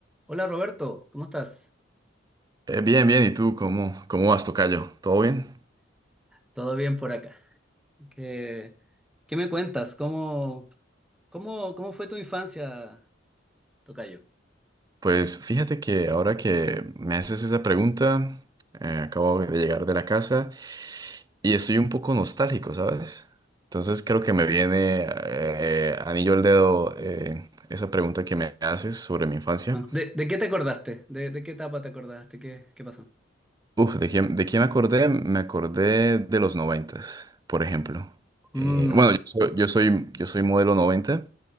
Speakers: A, in the centre; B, on the right.
A: Hola Roberto, ¿cómo estás?
B: Eh, bien, bien, ¿y tú cómo, cómo vas, tocayo? ¿Todo bien?
A: ¿Todo bien por acá? ¿Qué, qué me cuentas? ¿Cómo, cómo, cómo fue tu infancia, tocayo?
B: Pues fíjate que ahora que me haces esa pregunta, eh, acabo de llegar de la casa y estoy un poco nostálgico, ¿sabes? Entonces creo que me viene eh, anillo al dedo eh, esa pregunta que me haces sobre mi infancia.
A: Ah, ¿De, de qué te acordaste? ¿De, de qué etapa te acordaste? ¿Qué, qué pasó?
B: Uf, ¿de quién, de quién me acordé? Me acordé de los noventas, por ejemplo.
A: Mm,
B: Eh, bueno, yo soy, yo soy, yo soy modelo 90.